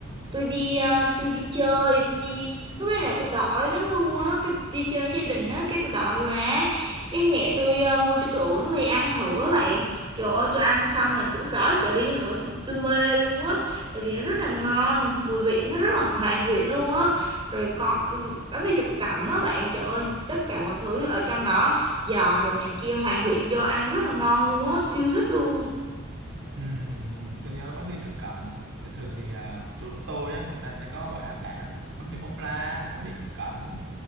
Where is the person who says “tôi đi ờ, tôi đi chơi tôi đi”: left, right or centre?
Right